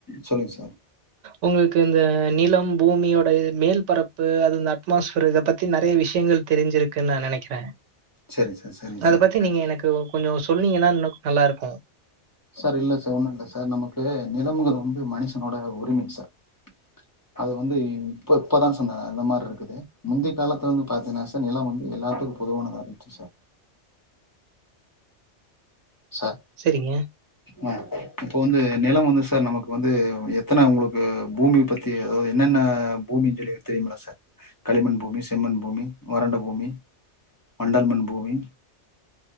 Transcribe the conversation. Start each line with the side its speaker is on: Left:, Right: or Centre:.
Left: சொல்லுங்க சார்
Right: உங்களுக்கு இந்த நிலம் பூமி ஒடைய மேல் பரப்பு அந்த அட்மாஸ்ஃபிரு இத பத்தி நெறைய விஷயங்கள் தெரிஞ்சிருக்குன் நா நெனைக்கிற
Left: சேரிங்க சார் சேரிங்க
Right: அத
Left: சார்
Right: பத்தி நீங்க எனக்கு ஒ கொஞ்சோ சொன்னீங்கன்னா இன்னு க் நல்லா இருக்கு
Left: சரி இல்ல சார் ஒன்னு இல்ல சார் நமக்கு நிலம்முங்குறது வந்து மனுஷனோட உரிம சார் அது வந்து இப்ப இப்பதா சொன்ன இந்த மாரி இருக்குது முந்தைய காலத்துல வந்து பாத்தீங்கன்னா சார் நிலம் வந்து எல்லாத்து பொதுவானதா இருந்துச்சு சார் ச
Right: சரிங்க
Left: ஆ இப்போ வந்து நில வந்து சார் நமக்கு வந்து எ எத்தன உங்களுக்கு பூமி பத்தி அதாவது என்னென்ன பூமி ஜலே தெரிமா சார் களிமண் பூமி செம்மன் பூமி வறண்ட பூமி மண்டல் மண் பூமி